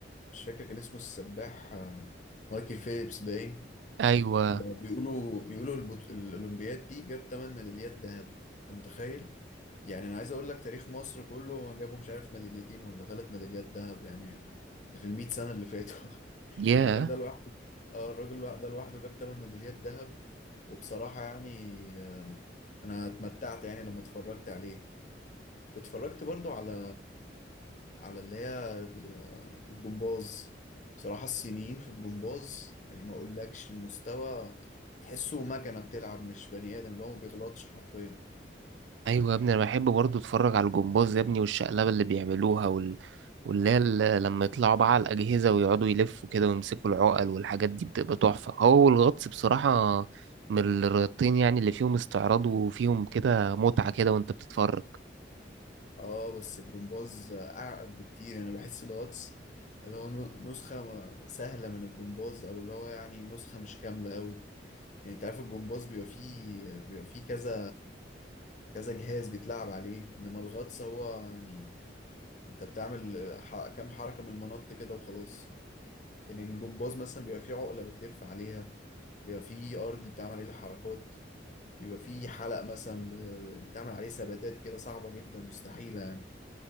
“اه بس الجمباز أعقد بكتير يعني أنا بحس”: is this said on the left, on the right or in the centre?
Left